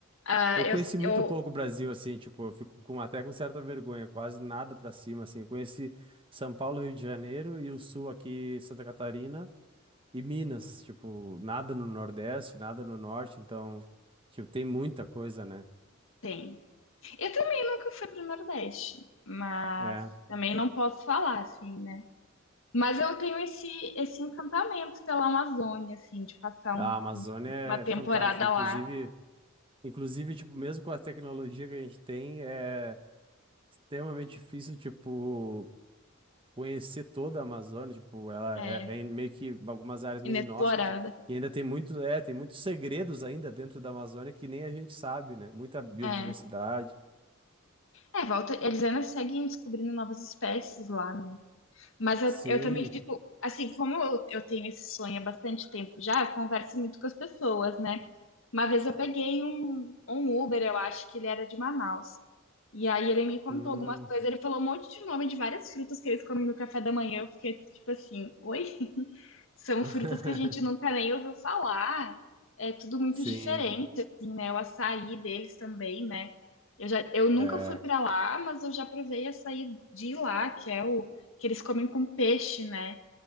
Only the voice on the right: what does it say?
Eu
conheci muito
pouco o Brasil, assim, tipo, eu fico com, até com certa vergonha, quase nada pra cima, assim. Eu conheci São Paulo, Rio de Janeiro e o Sul aqui, Santa Catarina e Minas, tipo, nada no Nordeste, nada no Norte, então, tipo, tem muita coisa, né?
É.
A
Amazônia
é
fantástica, inclusive,
inclusive, tipo, mesmo com a tecnologia que a gente tem, é extremamente difícil, tipo, conhecer toda a Amazônia, tipo, ela
é, é meio que algumas áreas meio
inóspito e ainda tem muito, é, tem muitos segredos ainda dentro da Amazônia que nem a gente sabe, né? Muita biodiversidade.
Sim.
Hum.
<laughs>
Sim,
é,